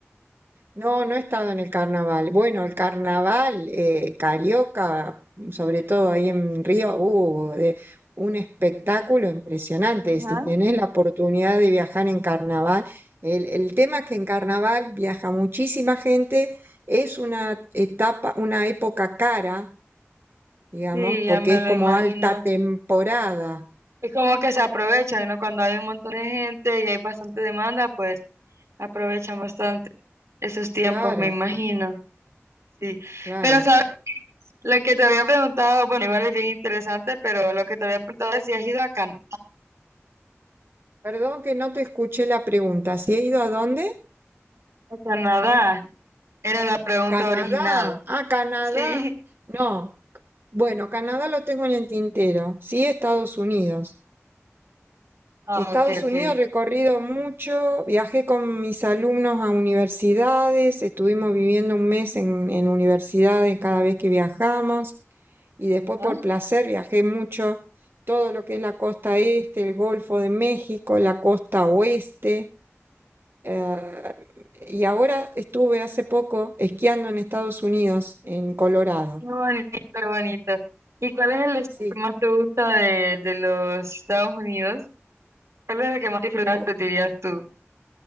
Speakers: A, on the right; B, on the right.
A: No, no he estado en el carnaval. Bueno, el carnaval eh, carioca, sobre todo ahí en Río, hubo un espectáculo impresionante.
B: Ajá.
A: Si tenés la oportunidad de viajar en carnaval, el, el tema es que en carnaval viaja muchísima gente, es una etapa, una época cara, digamos,
B: Sí, ya
A: porque
B: me
A: es
B: lo
A: como
B: imagino.
A: alta temporada.
B: Es como que se aprovechan, ¿no? Cuando hay un montón de gente y hay bastante demanda, pues aprovechan bastante esos tiempos,
A: Claro,
B: me imagino. Sí.
A: claro.
B: Pero, ¿sabes? Lo que te había preguntado, bueno, igual es bien interesante, pero lo que te había preguntado es si has ido a Canadá.
A: Perdón que no te escuché la pregunta. ¿Si he ido a dónde?
B: A Canadá era la pregunta
A: Canadá.
B: original.
A: Ah, Canadá.
B: Sí.
A: No. Bueno, Canadá lo tengo en el tintero. Sí, Estados Unidos.
B: Ah,
A: Estados
B: ok, ok.
A: Unidos recorrido mucho, viajé con mis alumnos a universidades, estuvimos viviendo un mes en, en universidades cada vez que viajamos y después
B: Ah,
A: por placer viajé mucho todo lo que es la costa este, el Golfo de México, la costa oeste. Eh, y ahora estuve hace poco esquiando en Estados Unidos, en Colorado.
B: Qué bonito, qué bonito. ¿Y cuál es el estado
A: Sí,
B: que más te gusta de, de los Estados Unidos? ¿Cuál es el que más disfrutaste,
A: me gu-
B: dirías tú?